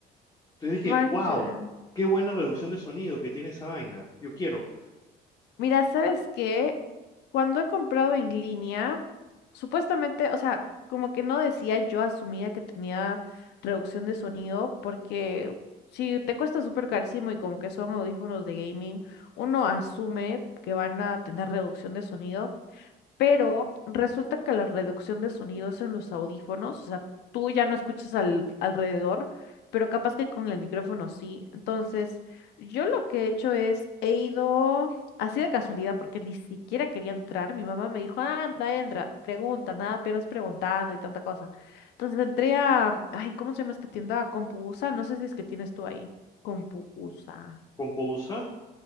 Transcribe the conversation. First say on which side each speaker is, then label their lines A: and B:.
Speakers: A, on the left (about 20°); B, on the left (about 80°).
A: Entonces dije,
B: Vaya.
A: wow, qué buena reducción de sonido que tiene esa vaina. Yo quiero.
B: Mira, ¿sabes qué? Cuando he comprado en línea, supuestamente, o sea, como que no decía, yo asumía que tenía reducción de sonido, porque si te cuesta súper carísimo y como que son audífonos de gaming, uno asume que van a tener reducción de sonido. Pero resulta que la reducción de sonidos en los audífonos, o sea, tú ya no escuchas al, alrededor, pero capaz que con el micrófono sí. Entonces, yo lo que he hecho es, he ido así de casualidad, porque ni siquiera quería entrar. Mi mamá me dijo, "Ah, anda, entra, pregunta, nada, pierdes preguntando y tanta cosa. Entonces entré a, ay, ¿cómo se llama esta tienda? Compuusa, no sé si es que tienes tú ahí. Compuusa.
A: ¿Compousa?